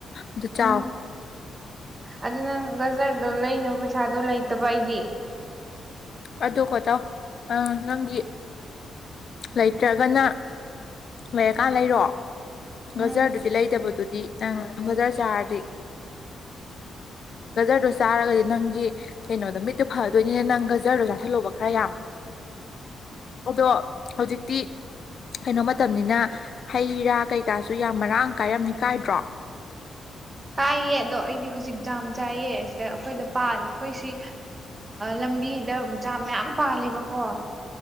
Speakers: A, on the left; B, on the right.
A: ꯑꯗꯨ ꯆꯥꯎ
B: ꯎꯝ ꯑꯗꯨ ꯅꯪ ꯒꯥꯖꯔ ꯂꯩꯅꯕ ꯄꯩꯁꯥꯗꯣ ꯂꯩꯇꯕ ꯑꯩꯗꯤ
A: ꯑꯗꯨꯗꯣ ꯀꯣꯠꯇ ꯑ ꯅꯪꯒꯤ ꯂꯩꯇ꯭ꯔꯒꯅ ꯂꯩꯔꯀꯥꯟ ꯂꯩꯔꯣ
B: ꯎꯝ
A: ꯕꯖꯥꯔꯗꯨꯗꯤ ꯂꯩꯗꯕꯗꯨꯗꯤ ꯅꯪ ꯒꯖꯔ ꯆꯥꯔꯗꯤ ꯒꯖꯔꯗꯣ ꯆꯥꯔꯒꯗꯤ ꯅꯪꯒꯤ ꯀꯩꯅꯣꯗ ꯃꯤꯠꯇꯣ ꯐꯗꯣꯏꯅꯤꯅꯦ ꯅꯪ ꯒꯖꯔꯗꯣ ꯆꯥꯁꯤꯜꯂꯣꯕ ꯈꯔ ꯌꯥꯝ ꯑꯗꯣ ꯍꯧꯖꯤꯛꯇꯤ ꯀꯩꯅꯣ ꯃꯇꯝꯅꯤꯅ ꯍꯩ ꯔꯥ ꯀꯩꯀꯥꯁꯨ ꯌꯥꯝ ꯃꯔꯥꯡ ꯀꯥꯏꯔꯝꯅꯤ ꯀꯥꯏꯗ꯭ꯔꯣ
B: ꯀꯥꯏꯌꯦ ꯑꯗꯣ ꯑꯩꯗꯤ ꯍꯧꯖꯤꯛ ꯖꯥꯝ ꯆꯥꯏꯌꯦ ꯁꯤꯗ ꯑꯩꯈꯣꯏꯗ ꯑꯩꯈꯣꯏꯁꯤ ꯂꯝꯕꯤ ꯖꯥꯝ ꯃꯌꯥꯝ ꯄꯥꯜꯂꯦꯕꯀꯣ